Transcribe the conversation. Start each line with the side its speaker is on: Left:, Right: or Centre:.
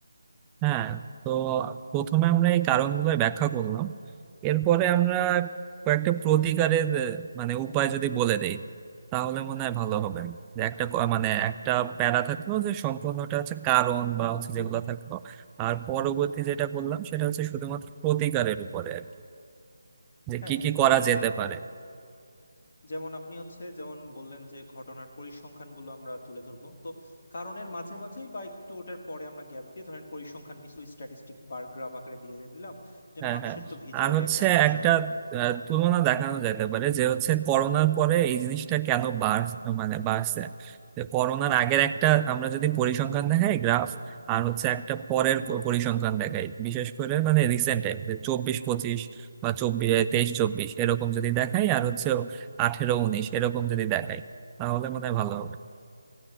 Right: হ্যাঁ তো প্রথমে আমরা এই কারণগুলো ব্যাখ্যা করলাম এরপরে আমরা কয়েকটা প্রতিকারের আহ, মানে উপায় যদি বলে দেই তাহলে মনে হয় ভালো হবে যে একটা ক- মানে একটা প্যারা থাকলো যে সম্পূর্ণটা হচ্ছে কারণ বা হচ্ছে যেগুলো থাকলো আর পরবর্তী যেটা বললাম সেটা হচ্ছে শুধুমাত্র প্রতিকারের উপরে আর কি যে
Left: হ্যাঁ
Right: কি কি
Left: এইটাও
Right: করা
Left: বেশ
Right: যেতে
Left: ভালো
Right: পারে
Left: হয় যেমন আপনি হচ্ছে যেমন বললেন যে ঘটনার পরিসংখ্যানগুলো আমরা তুলে ধরবো তো কারণের মাঝে মাঝেই বা একটু ওটার পরে আমরা গ্যাপ দিয়ে ধরেন পরিসংখ্যান কিছু স্ট্যাটিস্টিক বার গ্রাফ আকারে দিয়ে দিলাম যেন
Right: হ্যাঁ
Left: মানুষের
Right: হ্যাঁ
Left: তো ভিজুয়ালি
Right: আর হচ্ছে
Left: একটা আকৃষ্ট
Right: একটা
Left: হবে
Right: আহ, তুলনা দেখানো যেতে পারে যে হচ্ছে করোনার পরে এই জিনিসটা কেন বাড় মানে বাড়ছে যে করোনার
Left: হ্যাঁ
Right: আগের
Left: হ্যাঁ
Right: একটা আমরা যদি পরিসংখ্যান দেখাই গ্রাফ আর হচ্ছে একটা পরের প- পরিসংখ্যান দেখাই বিশেষ করে মানে রিসেন্ট টাইম যে চব্বিশ পঁচিশ বা চব্বিশ তেইশ চব্বিশ এরকম যদি দেখাই আর হচ্ছে আঠেরো উনিশ এরকম যদি দেখাই তাহলে মনে হয় ভালো হবে